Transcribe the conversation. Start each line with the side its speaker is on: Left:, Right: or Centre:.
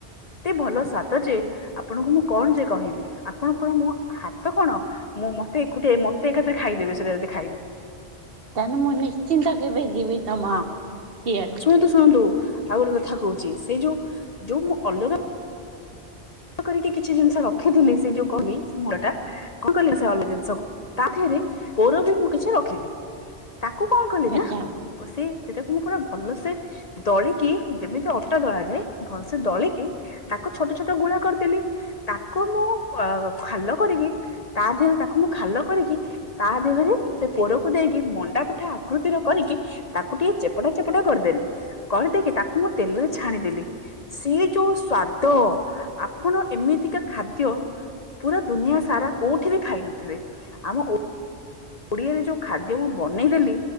Left: ଏତେ ଭଲ ସ୍ଵାଦ ଯେ ଆପଣଙ୍କୁ ମୁଁ କଣ ଯେ କହିବି ଆପଣ ପା ମୋ ହାତ କଣ ମୁଁ ମତେଏକୁଟିଆ ମତେ ଏକାଥରେ ଖାଇଦେବେ ସେଟା ଯଦି ଖାଇବି।
Right: ତାହାଲେ ମୁଁ ନିଶ୍ଚିନ୍ତ କେବେ ଯିବି ତମ
Left: ହଁ
Right: ସିଆଡୁ।
Left: ଶୁଣନ୍ତୁ ଆଉ ଗୋଟେ କଥା କହୁଛି ସେଇ ଯୋଉ ଯୋଉ ମୁଁ ଅଲଗା କରିକି କିଛି ଜିନିଷ ରଖିଥିଲି ସେ ଯୋଉ କହିଲି ସେ ମୂଳ ଟା। କଣ କହିଲି ସେ ଭଲ ଜିନିଷ ତା ଦେହରେ ପୁର ବି ମୁଁ କିଛି ରଖିଲି। ତାକୁ କଣ କଲି
Right: ଆଚ୍ଛା
Left: ନା ସେ ସେଟାକୁ ମୁଁ ପୁରା ଭଲ ସେ ଦଳିକି ଯେମିତି ଅଟା ଦଳାଯାଏ ଭଲସେ ଦଳିକି ତାକୁ ଛୋଟ ଛୋଟ ଗୁଳା କରିଦେଲି ତାକୁ ମୁଁ ଖାଲ କରିକି ତା ଦେହରେ ତାକୁ ମୁଁ ଖାଲ କରିକି ତା ଦେହରେ ସେ ପୋରକୁ ଦେଇକି ମଣ୍ଡା ପିଠା ଆକୃତିର କରିକି ତାକୁ ଟିକେ ଚେପଟା ଚେପଟା କରିଦେଲି କରିଦେଇକି ତାକୁ ମୁଁ ତେଲରେ ଛାଣିଦେଲି। ସିଏ ଯୋଉ ସ୍ଵାଦ। ଆପଣ ଏମିତିକା ଖାଦ୍ୟ ପୁରା ଦୁନିଆ ସାରା କୋଉଠି ବି ଖାଇ ନଥିବେ ଆମ ଓ ଓଡିଆରେ ଯୋଉ ଖାଦ୍ୟ ମୁଁ ବନେଇଦେଲି